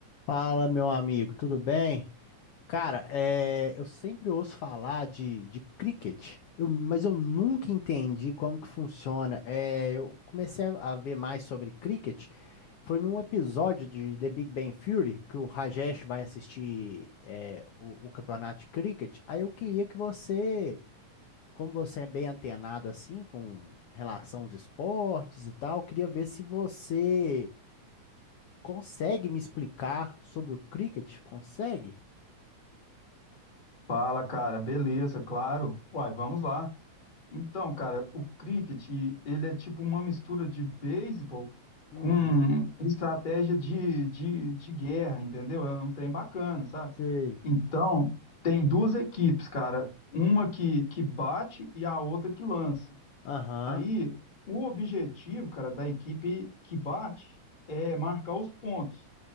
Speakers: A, on the left (about 75°); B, on the left (about 25°).
A: Fala, meu amigo, tudo bem? Cara, é, eu sempre ouço falar de, de cricket, eu- mas eu nunca entendi como que funciona. É, eu comecei a, a ver mais sobre cricket, foi num episódio de The Big Bang Theory que o Rajesh vai assistir é, o, o campeonato de cricket. Aí eu queria que você, como você é bem antenado assim com relação aos esportes e tal, eu queria ver se você Consegue me explicar sobre o cricket? Consegue?
B: Fala, cara. Beleza, claro. Uai, vamos lá. Então, cara, o cricket, ele é tipo uma mistura de beisebol
A: Uhum.
B: com estratégia de, de, de guerra, entendeu? É um trem bacana, sabe?
A: Sei.
B: Então, tem duas equipes, cara. Uma que, que bate e a outra que lança.
A: Aham.
B: Aí, o objetivo, cara, da equipe que bate é marcar os pontos.